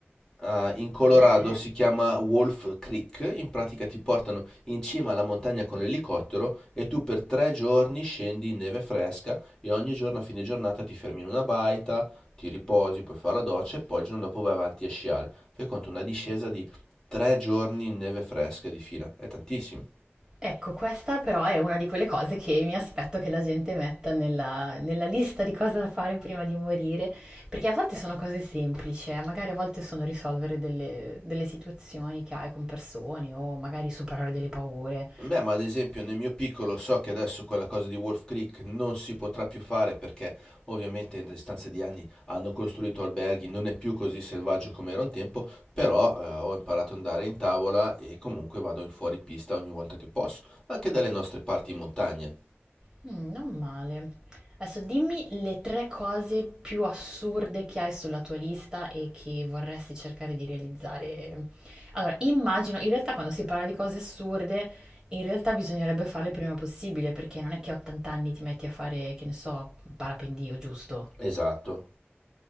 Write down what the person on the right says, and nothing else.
Cos'è che? è?
Ecco, questa però è una di quelle cose che mi aspetto che la gente metta nella, nella lista di cose da fare prima di morire, perché a volte sono cose semplici, eh, magari a volte sono risolvere delle, delle situazioni che hai con persone o magari superare delle paure.
Mh, non male. Adesso dimmi le 3 cose più assurde che hai sulla tua lista e che vorresti cercare di realizzare. Allora, immagino in realtà quando si parla di cose assurde, in realtà bisognerebbe farle il prima possibile, perché non è che a 80 anni ti metti a fare, che ne so, parapendio, giusto?